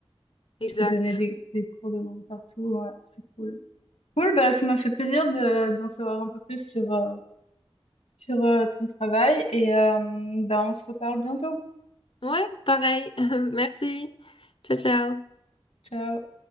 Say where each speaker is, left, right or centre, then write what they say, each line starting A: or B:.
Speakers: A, on the left; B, on the left.
A: exact.
B: tu peux donner des, des cours de langue partout. Ouais, c'est cool. Cool, bah ça m'a fait plaisir de, d'en savoir un peu plus sur, euh, sur euh, ton travail et euh, bah on se reparle bientôt.
A: Ouais, pareil. <laughs> Merci. Ciao, ciao.
B: Ciao.